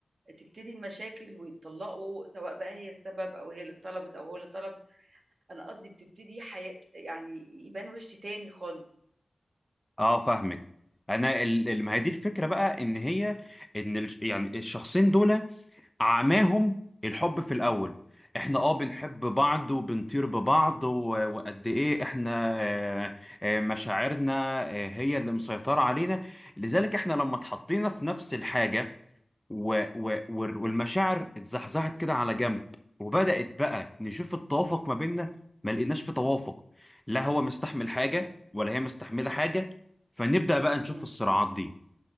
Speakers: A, on the right; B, in the centre.
A: تبتدي المشاكل ويتطلّقوا، سواء بقى هي السبب أو هي اللي طلبِت أو هو اللي طلب، أنا قصدي بتبتدي حياة يعني يبان وِش تاني خالص.
B: اه فاهمك انا ال- ال- ما هي دي الفكرة بقى ان هي ان ال- يعني الشخصين دول عماهم الحب في الأول احنا اه بنحب بعض وبنطير ببعض و- وقد ايه احنا آه، آه، مشاعرنا آه، هي اللي مسيطرة علينا لذلك احنا لما اتحطينا في نفس الحاجة و و وال- والمشاعر اتزحزحت كده على جنب وبدأت بقى نشوف التوافق ما بيننا ما لقيناش في توافق لا هو مستحمل حاجة ولا هي مستحملة حاجة فنبدأ بقى نشوف
A: إمم.
B: الصراعات دي